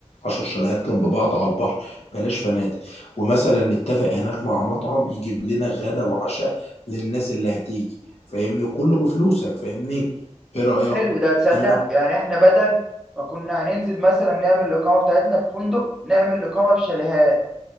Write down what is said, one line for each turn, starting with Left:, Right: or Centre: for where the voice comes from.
Left: 10 شاليهات جنب بعض على البحر بلاش فنادق ومثلا نتفق هناك مع مطعم يجيب لنا غدا وعشاء للناس اللي هتيجي فاهمني كله بفلوسك فاهمني ايه رأيك
Centre: حلو ده تصدق
Left: انا
Centre: يعني احنا بدل ما كنا هننزل مثلا نعمل الاقامه بتاعتنا في فندق نعمل الاقامه في شاليهات